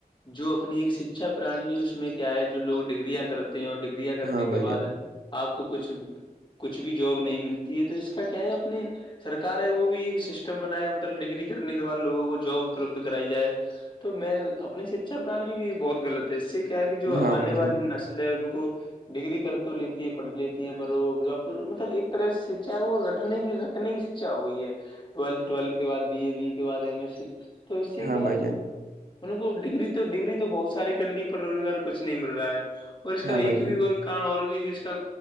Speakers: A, on the left; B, on the right.
A: جو اپنی ایک شکچھا پرنالی اس میں کیا ہے جو لوگ ڈگریاں کر اور ڈگریاں کرنے
B: ہاں
A: کے
B: بھائی جان
A: بعد آپ کو کچھ کچھ بھی جاب نہیں ملتی ہے تو اس کا کیا ہے اپنی سرار ہے وہ بھی ایک سسٹم بنایا ڈگری کرنے کے بعد لووں کو جاب اپلبدھ کرائی جائے تو میں اپنی شکھا پرنالی بھی بہت غلط ہے اس سے کیا ہے کہ جو
B: ہاں
A: آنے
B: بھائی جان
A: والی نس میں ان کو ڈگری کر تو لیتی ہے پڑھ لیتی ہے پر وہ آپ مطلب ایک طرح سے سچھا ہے وہ رٹنے کی رٹنے کی اچھا وہ ہے ٹویلھ ٹویلھ کے بع بی اے بی کے بعد ایم ایس سی تو اس سے
B: ہاں
A: کیا
B: بھائی
A: ہے کہ
B: جان
A: ان کو ڈگری تو ڈگری تو بہت ساری کر لی پر روزگار کچھ نہیں مل رہا ہے اور اس
B: ہاں
A: کا
B: بھائی
A: ایک
B: جان
A: بھی وہ ک اور بھی اس کا